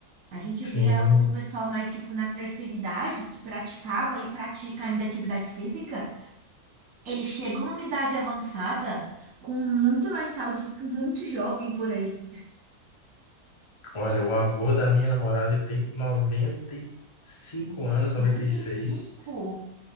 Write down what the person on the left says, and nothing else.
sim.
Olha, o avô da minha namorada, ele tem noventa e cinco anos,
noventa e seis